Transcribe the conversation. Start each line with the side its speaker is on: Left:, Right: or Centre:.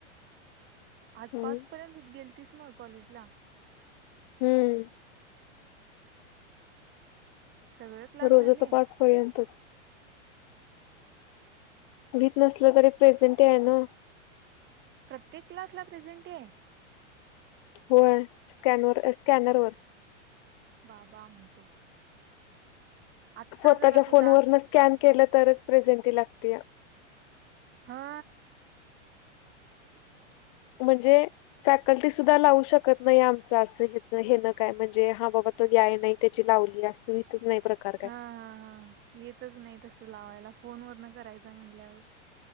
Right: आज
Left: हम्म
Right: पाच पर्यंत होत गेल तस मग कॉलेज ला.
Left: हम्म.
Right: सगळे क्लास
Left: रोज
Right: झाले
Left: तर पाचपर्यंतच. विथ नसलं तरी प्रेझेंट आहे ना.
Right: प्रत्येक क्लास ला प्रेझेंट आहे.
Left: होय स्कॅनर स्कॅनरवर.
Right: बाबा म्हणतो. आत्ता
Left: स्वतःच्या
Right: जरा तुझा
Left: फोन वन स्कॅन केलं तरच प्रेझेंट लागते.
Right: हा. हो.
Left: म्हणजे फॅक्टी. सुद्धा लावू शकत नाही आमचं असं हेच हे ना काय म्हणजे हा बाबा तो याय नाही त्याची लावली अस. नाही. प्रकार
Right: हा
Left: काय
Right: हा हा येतच नाही तसं लावायला फोन वर न करायचा म्हणटल्यावर.